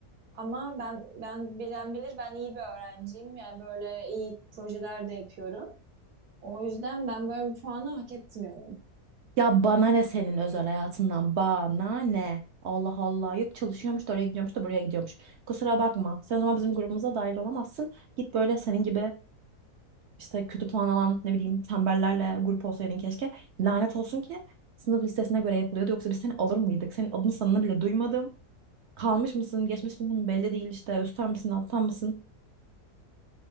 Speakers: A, on the right; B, on the right.
A: Ama ben ben bilen bilir ben iyi bir öğrenciyim. Yani böyle iyi projeler de yapıyorum. O yüzden ben böyle bir puanı hak etmiyorum.
B: Ya bana ne senin özel hayatından? Bana ne? Allah Allah. Yok çalışıyormuş da oraya gidiyormuş da buraya gidiyormuş. Kusura bakma. Sen o zaman bizim grubumuza dahil olamazsın. Git böyle senin gibi işte kötü puan alan ne bileyim tembellerle grup olsaydın keşke. Lanet olsun ki sınıf listesine göre yapılıyordu. Yoksa biz seni alır mıydık? Senin adını sanını bile duymadım. Kalmış mısın, geçmiş misin belli değil işte. Üstten misin, alttan mısın?